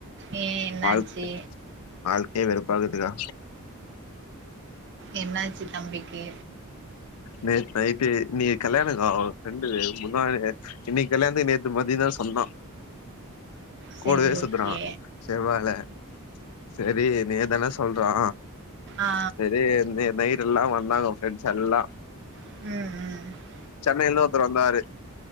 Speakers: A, on the right; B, on the left.
A: ஏ என்னாச்சு
B: வாழ்க் வாழ்க்கையே வெறுப்பாகுதுக்கா
A: என்னாச்சு தம்பிக்கு
B: நேத்து நைட்டே நீங்க கல்யாண காவ் ஃப்ரெண்டுது முந்தா நேத்து இன்னிக்கு கல்யாணத்துக்கு நேத்து மதியந்தா சொன்னா
A: சேரி
B: கூடவே சுத்துறா
A: ஓகே
B: செவ்வால செரி நீங்கதான சொல்றா
A: ஆ
B: செரி இந்தய நைட் எல்லா வந்தாங்க ஃப்ரெண்ட்ஸ் எல்லா
A: ம் ம்
B: சென்னையில ஒருத்தர் வந்தாரு